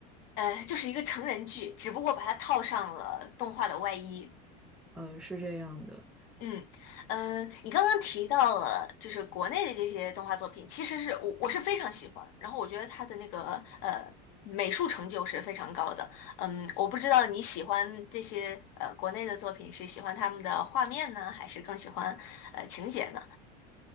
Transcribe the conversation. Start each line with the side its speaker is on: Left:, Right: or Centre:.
Left: 呃，就是一个成人剧，只不过把它套上了动画的外衣。
Centre: 呃，是这样的。
Left: 嗯嗯，呃你刚刚提到了就是国内的这些动画作品，其实是我我是非常喜欢，然后我觉得它的那个呃美术成就是非常高的。嗯，我不知道你喜欢这些呃国内的作品是喜欢他们的画面呢，还是更喜欢呃情节呢？